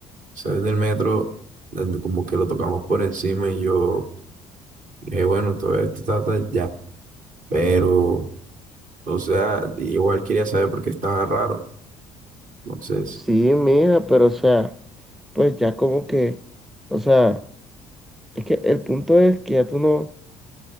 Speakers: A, on the right; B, in the centre.
A: sabes del metro, donde como que lo tocamos por encima y yo, eh, bueno, todo esto está está ya. Pero, o sea, igual quería saber por qué estaba raro. Entonces,
B: sí, mija, pero o sea, pues ya como que, o sea, es que el punto es que ya tú no,